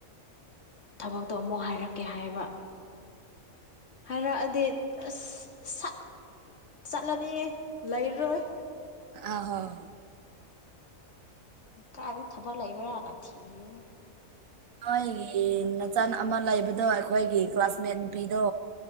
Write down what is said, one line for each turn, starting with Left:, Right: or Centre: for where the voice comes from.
Left: ꯊꯕꯛꯇꯣ ꯑꯃꯨꯛ ꯍꯥꯏꯔꯛꯀꯦ ꯍꯥꯏꯕ ꯍꯥꯏꯔꯛꯑꯗꯤ ꯑꯁꯠ ꯆꯠꯂꯅꯤꯌꯦ ꯂꯩꯔꯔꯣꯏ
Right: ꯑ ꯍꯣꯏ
Left: ꯀꯥꯏꯗ ꯊꯕꯛ ꯂꯩꯕ꯭ꯔꯥꯅ ꯊꯤꯅꯦ
Right: ꯅꯣꯏꯒꯤ ꯅꯆꯟ ꯑꯃ ꯂꯩꯕꯗꯣ ꯑꯩꯈꯣꯏꯒꯤ ꯀ꯭ꯂꯥꯁꯃꯦꯠ ꯅꯨꯄꯤꯗꯣ